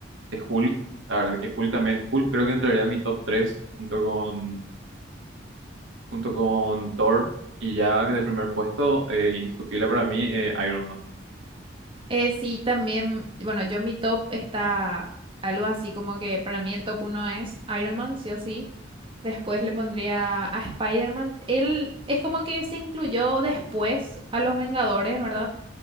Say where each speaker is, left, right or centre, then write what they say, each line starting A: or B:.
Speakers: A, on the right (about 80°); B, on the right (about 25°).
A: de Hulk. La verdad que Hulk también, Hulk creo que entraría en mi top 3 junto con, junto con Thor. Y ya de primer puesto, eh, indiscutible para mí, eh, Iron Man.
B: Eh, sí, también, bueno, yo mi top está algo así como que para mí el top uno es Iron Man, sí o sí. Después le pondría a Spider-Man. Él es como que se incluyó después a los Vengadores, ¿verdad?